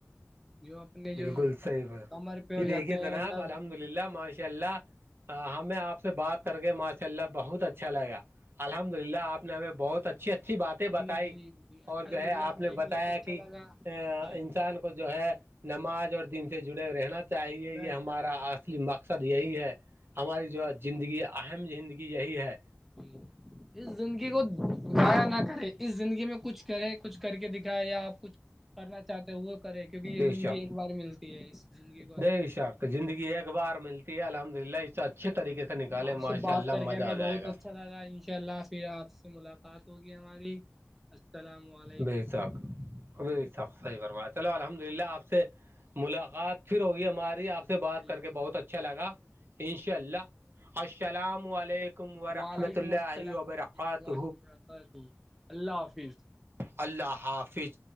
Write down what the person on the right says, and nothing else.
بالکل
صحیح ہے
جی
دیکھیے
جناب
الحمد للہ ماشاء اللہ ہمیں آپ سے بات کر کے ماشاء اللہ بہت اچھا لگا الحمد للہ آپ نے ہمیں بہت اچھی اچھی بات بتائی
اور جو ہے
آپ
نے
بتایا
کہ
انسان کو جو ہے نماز اور دن سے جڑے رہنا چاہیے یہ
ہمارا
اصلی مقصد یہی ہے ہماری جو
ہے زندگی اہم زندگی یہی ہے
بے
شک
بے
شک زندگی ایک بار ملتی ہے الحمد للہ اچھا اچھے طریقے سے نکالے
ماشاء
اللہ
مزہ
آ جائے گا
بے‌شک اچھا صحیح فرما چلو الحمد للہ آپ سے ملاقات پھر ہوگی ہماری آپ بات
کر کے بہت اچھا لگا ان شاء اللہ السلام علیکم علیکم ور
رحمۃ اللہ
وبرکاتہ
اللہ حافظ